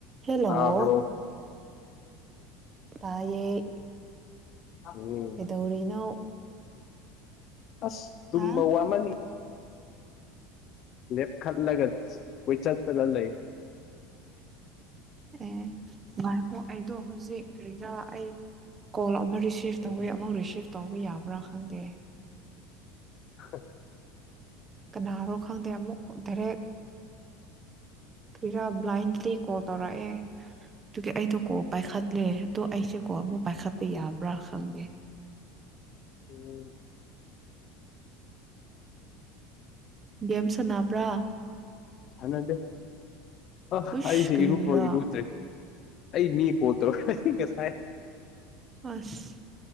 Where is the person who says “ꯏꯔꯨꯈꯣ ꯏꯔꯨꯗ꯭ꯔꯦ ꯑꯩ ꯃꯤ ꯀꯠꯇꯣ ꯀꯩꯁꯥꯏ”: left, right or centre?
Left